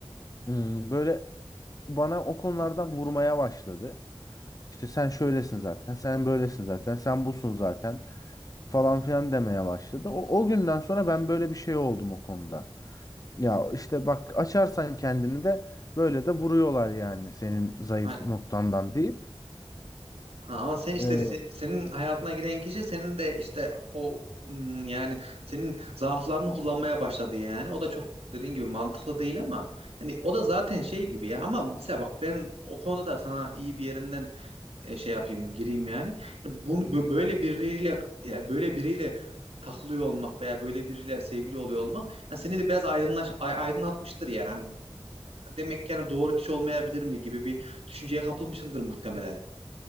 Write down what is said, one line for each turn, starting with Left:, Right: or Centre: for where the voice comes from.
Left: hmm, böyle bana o konulardan vurmaya başladı. İşte sen şöylesin zaten, sen böylesin zaten, sen busun zaten falan filan demeye başladı. O, o günden sonra ben böyle bir şey oldum o konuda. Ya işte bak açarsan kendini de böyle de vuruyorlar yani senin zayıf
Right: Ha,
Left: noktandan deyip.
Right: ha, ama sen işte
Left: Ee,
Right: se- senin hayatına giren kişi senin de işte o hmm, yani senin zaaflarını kullanmaya başladı yani. O da çok dediğin gibi mantıklı değil ama yani o da zaten şey gibi ya ama mesela bak ben o konuda da sana iyi bir yerinden e, şey yapayım gireyim yani. Yani Bunu bö- böyle biriyle ya böyle biriyle takılıyor olmak veya böyle biriyle sevgili oluyor olmak hani seni de biraz aydınlaş, ay- aydınlatmıştır yani. Hani demek ki hani doğru kişi olmayabilir mi gibi bir düşünceye kapılmışsındır muhtemelen.